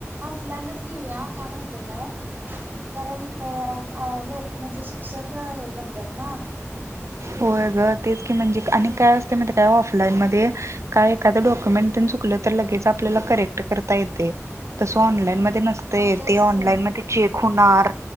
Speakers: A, on the right; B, on the right.
A: ऑनलाइनच घेऊया का माहितेय कायं, कारण अ लोक म्हणजे शिक्षक हे करत्यात नां.
B: होयं गं तेच की, म्हणजे आणि काय असते माहितेयं कायं ऑफलाईन मध्ये कायं एखाद डॉक्युमेंट. तेन चुकलं तरं लगेचं आपल्याला करेक्ट करता येते, तसं ऑनलाइन मध्ये ते नसते
A: हा तेच
B: ते ऑनलाईन
A: की
B: मध्ये चेक होणारं.